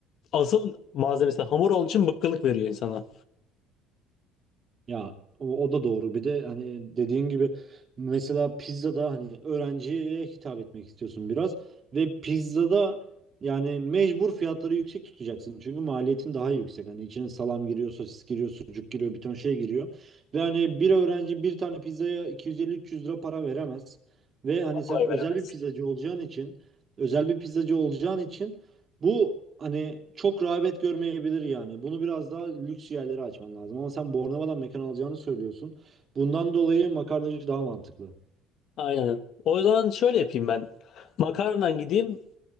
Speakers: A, on the left; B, on the right.
A: asıl malzemesi hamur olduğu için bıkkınlık veriyor insana.
B: Ya o, o da doğru. Bir de hani dediğin gibi mesela pizzada hani öğrenciye hitap etmek istiyorsun biraz ve pizzada yani mecbur fiyatları yüksek tutacaksın. Çünkü maliyetin daha yüksek. Hani içine salam giriyor, sosis giriyor, sucuk giriyor, bir ton şey giriyor. Ve hani bir öğrenci bir tane pizzaya 250-300 lira para veremez. Ve hani sen
A: Kolay
B: özel
A: veremez.
B: bir pizzacı olacağın için özel bir pizzacı olacağın için bu hani çok rağbet görmeyebilir yani. Bunu biraz daha lüks yerlere açman lazım. Ama sen Bornova'dan mekan alacağını söylüyorsun. Bundan dolayı makarnacı daha mantıklı.
A: Aynen. O zaman şöyle yapayım ben. Makarnadan gideyim.